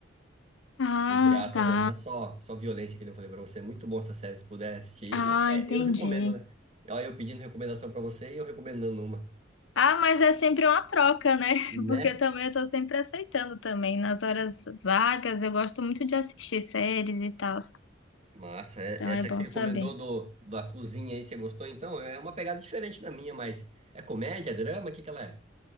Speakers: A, on the left; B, on the right.
A: Ah,
B: entre aspas,
A: tá.
B: né? Não é só, só violência que eu falei pra você. É muito bom essa série, se puder assistir.
A: Ah,
B: Até
A: entendi.
B: eu recomendo, né? Olha, eu pedindo recomendação pra você e eu recomendando uma,
A: Ah, mas é sempre uma troca, né? <laughs>
B: né?
A: Porque eu também eu tô sempre aceitando também. Nas horas vagas, eu gosto muito de assistir séries e tal.
B: Massa, é-
A: Então
B: essa
A: é bom
B: que você recomendou
A: saber.
B: do, da cozinha aí, você gostou? Então, é uma pegada diferente da minha, mas é comédia, é drama? O que que ela é?